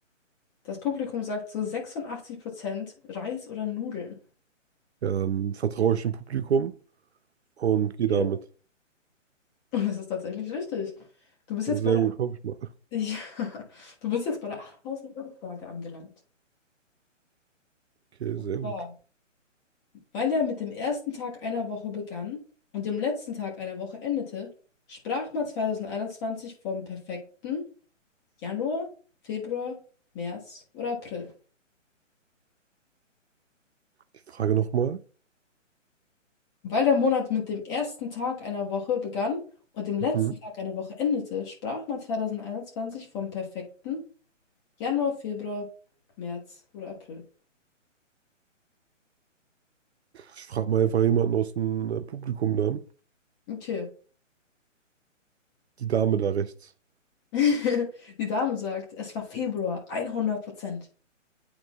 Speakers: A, on the left (about 15°); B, on the right (about 55°).
A: Das Publikum sagt zu 86% Reis oder Nudeln.
B: Dann vertraue ich dem Publikum und gehe
A: Okay.
B: damit.
A: Und das ist tatsächlich richtig. Du bist
B: Also
A: jetzt bei
B: Sehr
A: der,
B: gut, hoffe ich mal.
A: <laughs> ja, du bist jetzt bei der 8000-Euro-Frage angelangt.
B: Okay,
A: Und
B: sehr
A: zwar
B: gut.
A: Weil er mit dem ersten Tag einer Woche begann und dem letzten Tag einer Woche endete, sprach man 2021 vom perfekten Januar, Februar, März oder April.
B: Die Frage nochmal.
A: Weil der Monat mit dem ersten Tag einer Woche begann und dem letzten
B: Mhm.
A: Tag einer Woche endete, sprach man 2021 vom perfekten Januar, Februar, März oder April.
B: Ich frage mal einfach jemanden aus dem äh, Publikum dann.
A: Okay.
B: Die Dame da rechts.
A: <laughs> Die Dame sagt, es war Februar, hundert Prozent.